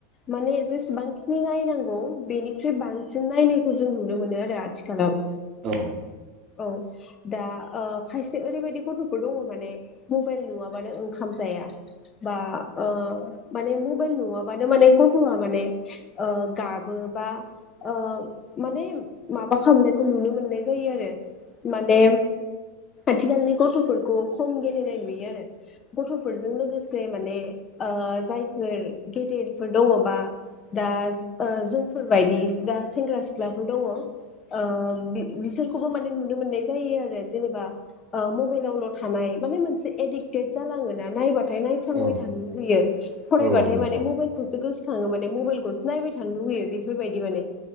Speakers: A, on the left (about 30°); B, on the right (about 45°).
A: माने जेसेबां खिनि नायनांगौ बेनिख्रुइ बांसिन नायनायखौ जों नुनो मोनो आरो आथिखालाव।
B: औ।
A: औ दा ओ खायसे ओरैबायदि गथ' थ'फोर दङ माने मबाइल नुवाबानो ओंखाम जाया बा ओ माने मबाइल नुवाबानो माने गथ'आ माने ओ गाबो बा ओ माने माबा खालामनायखौ नुनो मोननाय जायो आरो माने आथिखालनि गथ'फोरखौ खम गेलेनाय नुयो आरो। गथ'फोरजों लोगोसे माने ओ जायफोर गेदेरफोर दङबा दा ओ जोंफोरबायदि जा सेंग्रा सिख्ला सिख्लाफोर दङ ओ बिसोरखौबो माने नुनो मोननाय जायो आरो जेनेबा ओ मबाइलावल' थानाय माने मोनसे एडिक्टेड जालाङोना नायबा बाथाय नायफ्लाबाय
B: औ औ
A: थानो लुगैयो फरायबाथाय
B: औ नंगौ
A: माने मबाइखौसो गोसो खाङो माने मबाइलखौसो थानो लुुबैयो बेफोरबायदि